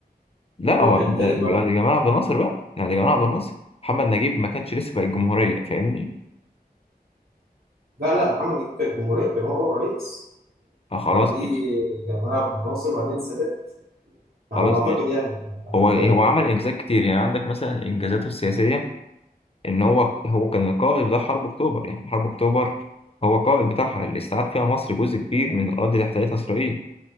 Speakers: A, on the left; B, on the right.
A: لا هو
B: هو كان
A: ده-
B: تالت
A: ده
B: واحد
A: جمال عبد الناصر بقى يعني ده جمال عبد الناصر محمد نجيب ما كانش لسه بقى الجمهورية فاهمني
B: لا لا محمد نجيب كان جمهورية كان هو أول رئيس
A: آه خلاص
B: وبعديه
A: ماشي
B: جمال عبد الناصر وبعدين السادات على
A: خلاص
B: ما أعتقد
A: ماشي
B: يعني على
A: هو
B: حد
A: هو
B: علمي
A: عمل انجازات كتير يعني عندك مثلا انجازاته السياسية ان هو هو كان القائد بتاع حرب اكتوبر يعني حرب اكتوبر هو القائد بتاعها اللي استعاد فيها مصر جزء كبير من الأرض اللي احتلتها إسرائيل